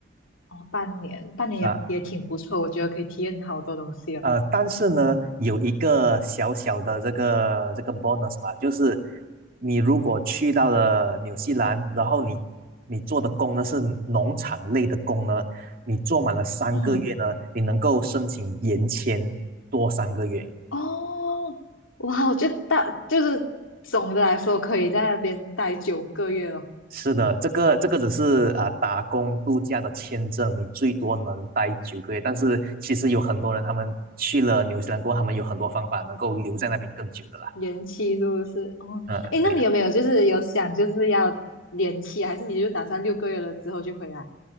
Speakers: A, on the left; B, on the right.
A: 哦，半年，半年也也挺不错，
B: 啊、呃
A: 我觉得可以体验好多东西了。
B: 呃，但是呢，有一个小小的这个这个 bonus 嘛，就是你如果去到了纽西兰，然后你你做的工呢是农场类的工呢，你做满了三个月呢，
A: 嗯，
B: 你能够申请延签多三个月。
A: 哦，哇，我就大就是总的来说可以在那边待九个月了，
B: 是的，这个这个只是啊、打工度假的签证，你最多能待九个月，但是其实有很多人他们去了纽西兰过后，他们有很多方法能够留在那边更久的啦。
A: 延期是不是？哦，
B: 嗯，
A: 诶，
B: 对。
A: 那你有没有就是有想就是要延期，
B: 的。
A: 还是你就打算六个月了之后就回来？